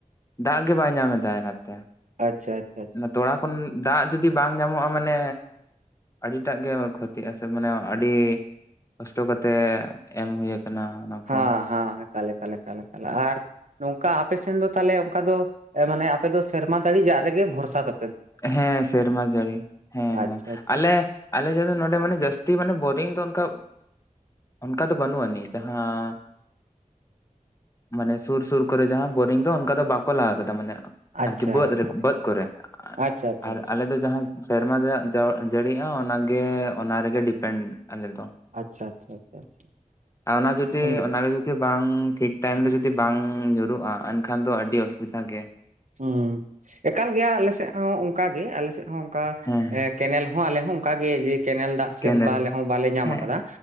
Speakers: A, on the left; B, on the right.
A: ᱫᱟᱜ ᱜᱮ ᱵᱟᱭ ᱧᱟᱢᱮᱫᱟᱭ ᱱᱟᱛᱮ᱾
B: ᱟᱪᱪᱷᱟ ᱾
A: ᱛᱚᱲᱟ ᱠᱷᱚᱱ ᱫᱟᱜ ᱡᱩᱫᱤ ᱵᱟᱝ ᱧᱟᱢᱚᱜᱼᱟ ᱢᱟᱱᱮ ᱟᱹᱰᱤᱴᱟᱜ ᱜᱮ ᱠᱷᱚᱛᱤᱜᱼᱟ ᱥᱮ ᱢᱟᱱᱮ ᱟᱹᱰᱤ ᱠᱚᱥᱴᱚ ᱠᱟᱛᱮᱜ ᱮᱢ ᱦᱩᱭ ᱟᱠᱟᱱᱟ᱾ ᱚᱱᱟ
B: ᱦᱟᱸ
A: ᱠᱚ
B: ᱦᱟᱸ ᱮᱠᱟᱞ ᱮᱠᱟᱞ ᱮᱠᱟᱞ ᱮᱠᱟᱞ ᱟᱨ ᱱᱚᱝᱠᱟ ᱟᱯᱮ ᱥᱮᱱ ᱫᱚ ᱛᱷᱟᱞᱮ ᱚᱱᱠᱟ ᱫᱚ ᱢᱟᱱᱮ ᱟᱯᱮ ᱫᱚ ᱥᱮᱨᱢᱟ ᱫᱟᱲᱤ ᱡᱟᱜ ᱨᱮᱜᱮ ᱵᱷᱚᱨᱥᱟ ᱛᱟ
A: ᱦᱮᱸ ᱥᱮᱨᱢᱟ ᱡᱟᱹᱲᱤ ᱦᱮᱸ
B: ᱟᱪᱪᱷᱟ
A: ᱦᱮᱸ
B: ᱟᱪᱪᱷᱟ
A: ᱟᱞᱮ ᱟᱞᱮ ᱡᱚ ᱱᱚᱰᱮ ᱢᱟᱱᱮ ᱡᱟᱹᱥᱛᱤ ᱢᱟᱱᱮ ᱵᱳᱨᱤᱝ ᱫᱚ ᱚᱱᱠᱟ ᱚᱱᱠᱟ ᱫᱚ ᱵᱟᱹᱱᱩᱜ ᱟᱱᱤᱡ ᱡᱟᱦᱟᱸ ᱢᱟᱱᱮ ᱥᱩᱨ ᱥᱩᱨ ᱠᱚᱨᱮ ᱡᱟᱦᱟᱸ ᱵᱳᱨᱤᱝ ᱫᱚ ᱚᱱᱠᱟ ᱫᱚ ᱵᱟᱠᱚ ᱞᱟ ᱟᱠᱟᱫᱟ ᱢᱟᱱᱮ
B: ᱟᱪᱪᱷᱟ
A: ᱟᱨᱠᱤ ᱵᱟᱹᱫᱽ ᱨᱮ
B: ᱟᱪᱪᱷᱟ
A: ᱵᱟᱹᱫᱽ ᱠᱚᱨᱮ᱾
B: ᱟᱪᱪᱷᱟ ᱟᱪᱪᱷᱟ
A: ᱟᱨ
B: ᱟᱪᱪᱷᱟ
A: ᱟᱞᱮ ᱫᱚ ᱡᱟᱦᱟᱸ ᱥᱮᱨᱢᱟ ᱨᱮᱭᱟᱜ ᱡᱟᱹᱲᱤᱜᱼᱟ ᱚᱱᱟᱜᱮ ᱚᱱᱟ ᱨᱮᱜᱮ ᱰᱤᱯᱮᱱᱰ ᱟᱞᱮᱫᱚ᱾
B: ᱟᱪᱪᱷᱟ ᱟᱪᱪᱷᱟ ᱟᱪᱪᱷᱟ
A: ᱟᱨ ᱚᱱᱟ ᱡᱩᱫᱤ
B: ᱦᱩᱸ
A: ᱚᱱᱟᱜᱮ ᱡᱩ ᱵᱟᱝ ᱴᱷᱤᱠ ᱴᱟᱭᱤᱢ ᱨᱮ ᱡᱩᱫᱤ ᱵᱟᱝ ᱧᱩᱨᱩᱜᱼᱟ ᱮᱱᱠᱷᱟᱱ ᱫᱚ ᱟᱹᱰᱤ ᱚᱥᱩᱵᱤᱫᱷᱟ ᱜᱮᱭᱟ᱾
B: ᱦᱮᱸ ᱮᱠᱟᱞ ᱜᱮᱭᱟ ᱟᱞᱮ ᱥᱮᱫ ᱦᱚᱸ ᱚᱱᱠᱟᱜ ᱜᱮ ᱟᱞᱮ ᱥᱮᱫ ᱦᱚᱸ ᱚᱱᱠᱟ
A: ᱦᱮᱸ ᱦᱮᱸ
B: ᱮᱠ ᱠᱮᱱᱮᱞ ᱦᱚᱸ ᱟᱞᱮ ᱦᱚᱸ ᱚᱱᱠᱟᱜ ᱜᱮ ᱡᱮ ᱠᱮᱱᱮᱞ ᱫᱟᱜ ᱥᱮ
A: ᱠᱮᱱᱮᱞ
B: ᱚᱱᱠᱟ ᱟᱞᱮ ᱦᱚᱸ ᱵᱟᱞᱮ ᱧᱟᱢ
A: ᱦᱮᱸ
B: ᱟᱠᱟᱫᱟ